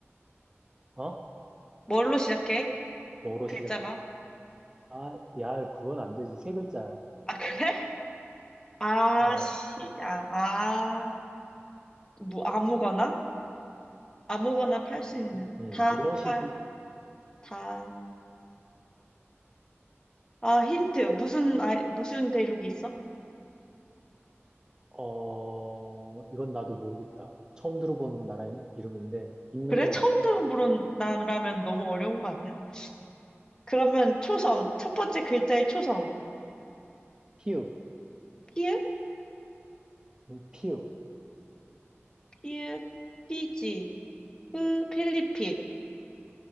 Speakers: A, on the right; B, on the left.
A: 어?
B: 뭘로 시작해?
A: 뭐로
B: 글자가?
A: 시작? 아, 야, 그건 안 되지. 세 글자야.
B: 아, 그래? <laughs> 아,
A: 어,
B: 씨, 아, 아, 뭐, 아무거나? 아무거나 팔 수 있는
A: 음,
B: 여자.
A: 음,
B: 다
A: 무엇이든
B: 팔, 다. 아, 힌트. 무슨, 아, 무슨 대륙이 있어?
A: 어, 이건 나도 모르겠다. 처음 들어보는 나라 이름인데, 있는
B: 그래?
A: 것
B: 처음
A: 같아.
B: 들어보는 나라면 너무 어려운 거 아니야? 그러면 초성, 첫 번째 글자의 초성.
A: 피읍,
B: 피읍,
A: 음, 피읍.
B: 피읍, 피지, 프, 필리핀,